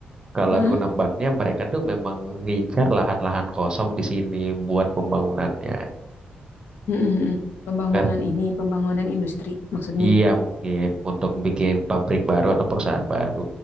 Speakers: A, on the right; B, on the left.
A: kalau
B: heeh.
A: aku nebaknya mereka tuh memang ngincar lahan-lahan kosong di sini buat pembangunannya.
B: Hmm, hmm, hmm. Pembangunan
A: Kar-
B: ini, pembangunan industri maksudnya.
A: Iya mungkin untuk bikin pabrik baru atau perusahaan baru.